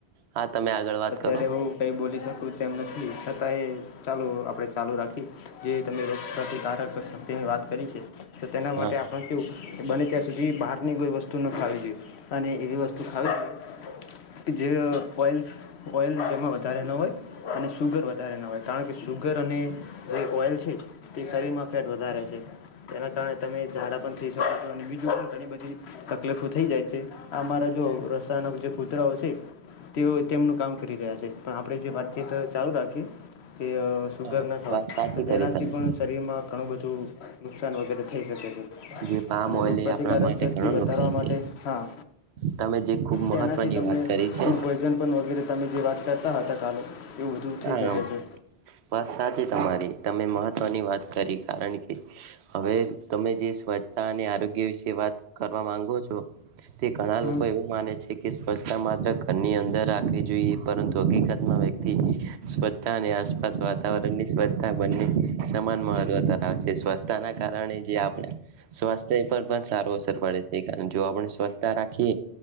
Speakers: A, on the right; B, on the left.
A: હા તમે આગળ વાત
B: અત્યારે,
A: કરો
B: હું કંઈ બોલી શકું, તેમ નથી. છતાં એ ચાલુ, આપણે ચાલુ રાખીએ, જે તમે રોગ પ્રતિકારત શ.. તે વાત કરી છે. તો તેના માટે
A: હા
B: આપણે કેવું બને ત્યાં, સુધી બહારની, કોઈ વસ્તુ ન ખાવવી જોઈએ. અને એવી વસ્તુ ખાવી જોઈએ, જે ઓઇલ.. ઓઇલ, જેમાં વધારે ન હોય અને સુુગર વધારે ન હોય, કારણ કે સુુગર અને.. જે ઓઇલ છે, તે શરીર માં ફેટ વધારે છે. તેના કારણે, તમે ઝાડા પણ થઈ શકો છો અને બીજું પણ, ઘણી બધી તકલીફો થઈ જાય છે. અમારા જો રસ્તા ના જે કૂતરાઓ છે. તેઓ તેમનું કામ કરી રહ્યા છે પણ આપણે જે વાતચીત ચાલુ રાખીએ કે અ સુુગર
A: હા
B: ન ખવાય
A: વાત સાચી
B: તો તેનાથી
A: કરી તમે
B: પણ શરીરમાં ઘણું બધું નુકસાન વગેરે થઈ જશે બધું
A: જે પામ
B: અને
A: ઓઇલ
B: રોગપ્રતિકારક
A: એ આપણા માટે
B: શક્તિ
A: ઘણું
B: વધારવા
A: નુકસાન
B: માટે
A: છે
B: હા
A: તમે જે ખૂબ મહત્વની
B: તેનાથી તમને
A: વાત કરી છે
B: ફૂડ પોઈઝન પણ વગેરે તમે જે વાત કરતા હતા કાલે એવું બધુ થઈ
A: આમ
B: શકે છે.
A: વાત સાચ તમારી તમે મહત્વની વાત કરી કારણ કે હવે તમે જે સ્વચ્છતા અને આરોગ્ય વિશે વાત કરવા માંગો છો. તે ઘણા
B: હમ
A: લોકો એવું માને છે કે સ્વચ્છતા માત્ર ઘરની અંદર રાખવી જોઈએ પરંતુ હકીકતમાં વ્યક્તિ સ્વચ્છતા અને આસપાસ વાતાવરણ ની સ્વચ્છતા બંને સમાન મહત્વ ધરાવે છે. સ્વચ્છતાના કારણે જે આપણે સ્વાસ્થ્ય પર પણ સારો અસર પડે છે. કારણ જો આપણે સ્વચ્થતા રાખીએ